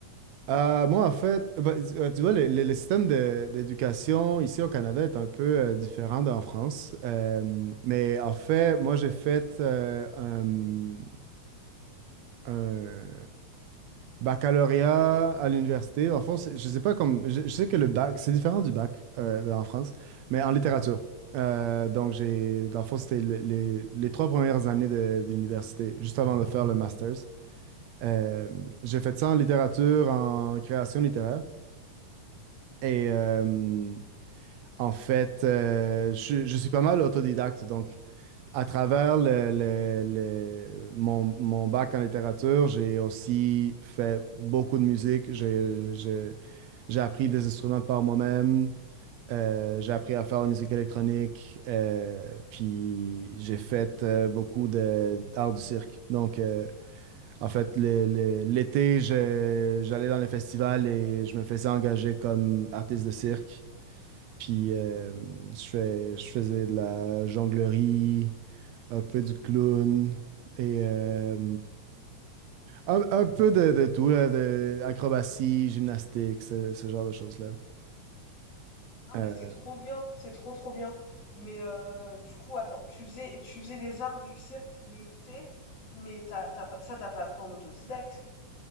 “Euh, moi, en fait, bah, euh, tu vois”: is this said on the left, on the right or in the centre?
Right